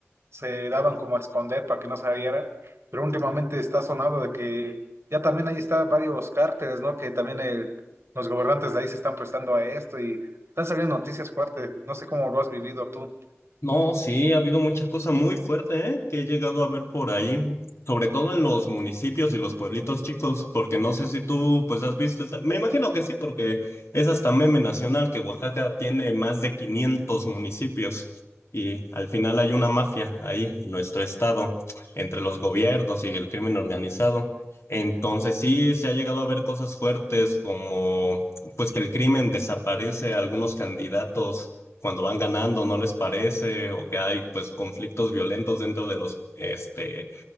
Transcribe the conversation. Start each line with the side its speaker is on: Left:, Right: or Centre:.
Right: se daban como a esconder para que no saliera, pero últimamente está sonado de que ya también ahí está varios cárteles, ¿no? Que también el- los gobernantes de ahí se están prestando a esto y están saliendo noticias fuertes, no sé cómo lo has vivido tú.
Left: No, sí, ha habido muchas cosas muy fuertes, ¿eh? que he llegado a ver por ahí, sobre todo en los municipios y los pueblitos chicos, porque no sé si tú pues has visto, esta- me imagino que sí, porque es hasta meme nacional que Oaxaca tiene más de 500 municipios y al final hay una mafia ahí en nuestro estado, entre los gobiernos y el crimen organizado. Entonces sí, se ha llegado a ver cosas fuertes como pues que el crimen desaparece a algunos candidatos cuando van ganando no les parece o que hay pues conflictos violentos dentro de los este